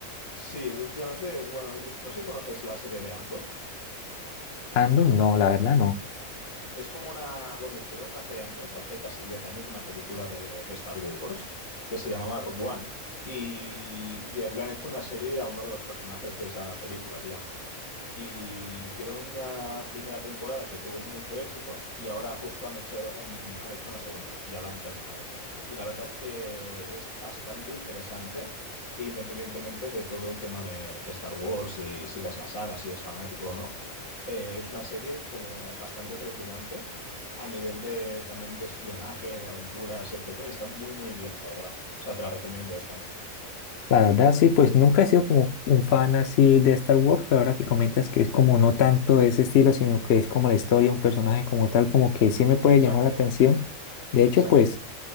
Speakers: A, on the left; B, on the left.
A: sí, últimamente, bueno, he vis- no sé si conoces la serie de Andor.
B: Ando, no, la verdad no.
A: Es como una, bueno, hicieron hace años, hace casi 10 años, una película de, de Star Wars que se llamaba Rogue One y, y le han hecho una serie a uno de los personajes de esa película, digamos. Y hicieron una primera temporada que tuvo mucho éxito y ahora justo han hecho, en- han hecho una segunda y ya la han terminado. Y la verdad es que es bastante interesante, independientemente de todo el tema de, de Star Wars, si sigas la saga, si eres fanático o no eh, es una serie como bastante trepidante a nivel de también de espionaje, de aventuras, etcétera. Y está muy, muy bien, la verdad. O sea, te la recomiendo esta mucho.
B: La verdad, sí, pues nunca he sido como un fan así de Star Wars, pero ahora que comentas que es como no tanto ese estilo, sino que es como la historia, un personaje como tal, como que sí me puede
A: Exacto,
B: llamar la atención. De
A: exacto.
B: hecho, pues